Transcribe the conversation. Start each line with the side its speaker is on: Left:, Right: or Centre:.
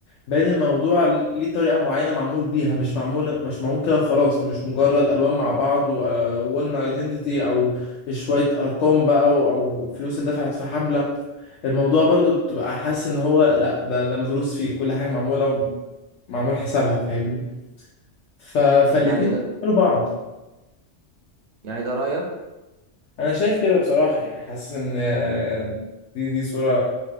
Left: باين الموضوع ليه طريقة معينة معمول بيها مش معمول مش معمول كده خلاص مش مجرد ألوان مع بعض و- آه، وقلنا ايدنتيتي أو شوية أرقام بقى أو أو فلوس اتدفعت في حملة الموضوع برضو بتبقى حاسس إن هو لأ ده ده مدروس فيه كل حاجة معمولة معمول حسابها فاهمني ف... فالاتنين
Right: يعني ده
Left: بيكملوا بعض
Right: يعني ده رأيك
Left: أنا شايف كده بصراحة يعني حاسس إن آه، دي دي صورة